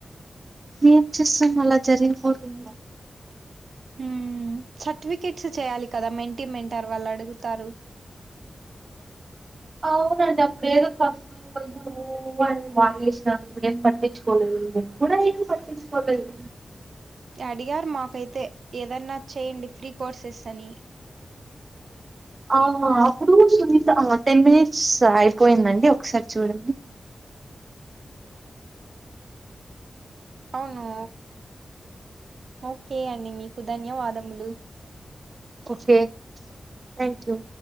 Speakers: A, on the right; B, on the right.
A: ఏం చెస్తాం అలా జరిగిపోతుంది
B: ఉమ్ సర్టిఫికెట్స్ చేయాలి కదా మెంటి మెంటర్ వాళ్ళు అడుగుతారు బ్లాంక్
A: అవున అండి అప్పుడేదో కాఓవర్ బాగ చేశినా ఇప్పుడేమ్ పట్టిించుకోలేదు నువ్ ఎప్పుడు ఆయన్ని పట్టిించుకోలేదు
B: అడిగారు మాకైతే ఏదన్నా చేయండి ఫ్రీ కోర్సెస్ అని
A: ఆ అప్పుడు సునీత టెన్ మినిట్స్ అయిపోయిందండి ఒకసారి చూడండి
B: అవును ఓకే అండి మీకు ధన్యవాదములు
A: ఓకే థ్యాంక్ యూ